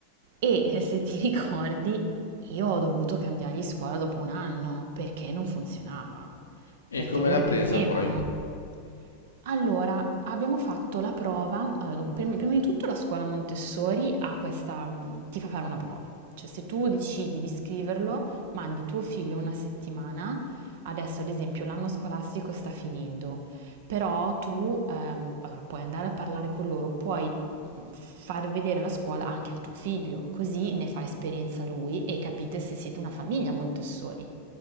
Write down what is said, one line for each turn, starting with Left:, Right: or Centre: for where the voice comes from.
Right: E <laughs> se ti ricordi, io ho dovuto cambiargli scuola dopo un anno perché non funzionava,
Left: E
Right: perché
Left: come
Right: lo
Left: l'ha
Right: reprimevano.
Left: presa poi?
Right: Allora, abbiamo fatto la prova, allora, dun- prim- prima di tutto la scuola Montessori ha questa, mh, ti fa fare una prova, cioè se tu decidi di scriverlo, mandi tuo figlio una settimana, adesso ad esempio l'anno scolastico sta finendo, però tu ehm, allora, puoi andare a parlare con loro, puoi mh, far vedere la scuola anche a tuo figlio, così ne fa esperienza lui e capite se siete una famiglia Montessori.